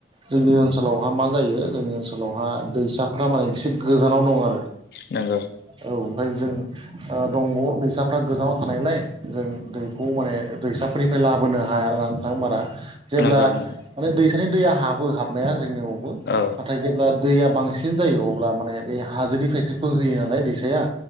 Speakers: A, on the right; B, on the left.
A: जोंनि ओनसोलावहा मा जायो जोंनि ओनसोलावहा दैसाफ्रा माने एसे गोजानाव दं आरो
B: नोंगौ
A: औ ओमफाय जों ओ दंग' दैसाफ्रा गोजानाव थानायलाय जों दै खौ माने दैसाफोरनिफ्राय ला लाबोनो हाया आरो ना नोंथां बारा जेब्ला
B: नंगौ
A: माने दैसानि दैया हाबो हाबनाया जोंनियाव बो नाथाय
B: औ
A: जेब्ला दैया बांसिन जायो अब्ला माने बे हाजोनिफ्रायसो बोहोयो नालाय दैसाया